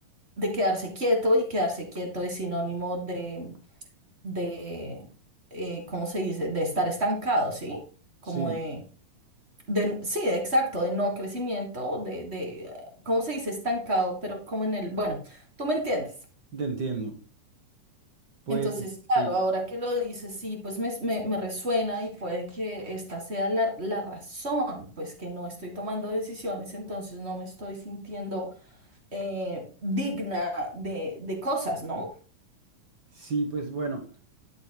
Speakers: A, on the right (about 30°); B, on the right (about 70°).
A: de quedarse quieto y quedarse quieto es sinónimo de, de eh, ¿cómo se dice? De estar estancado, ¿sí? Como
B: sí,
A: de, de, sí, exacto, de no crecimiento, de, de, ¿cómo se dice? Estancado, pero como en el, bueno, tú me entiendes.
B: te entiendo. Pues
A: Entonces, claro,
B: sí,
A: ahora que lo dices, sí, pues me, me- me resuena y puede que esta sea la, la razón, pues que no estoy tomando decisiones, entonces no me estoy sintiendo eh, digna de, de cosas, ¿no?
B: sí, pues bueno,